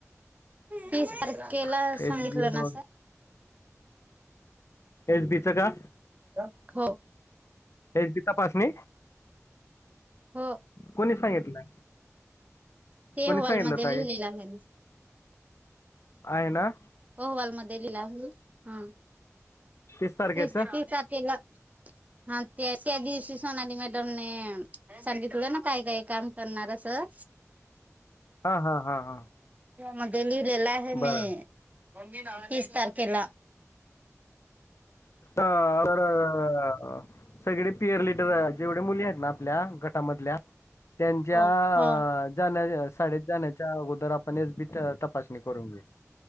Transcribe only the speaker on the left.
<unintelligible>
ह
बीच का
हेची तपासणी
कोणी सांगितलं?
कोणी
सांगितलं ताई
आहे ना
तीस तारखेच
<inaudible>
हा हा हा हा
बरं
हा आर्थर. सगळे पियर लिडर जेवढे मुली आहेत ना आपल्या गटामधल्या त्यांच्या
अ जाण्या शाळेत जाण्या च्या अगोदर आपण एस बी तपासणी करून घेऊ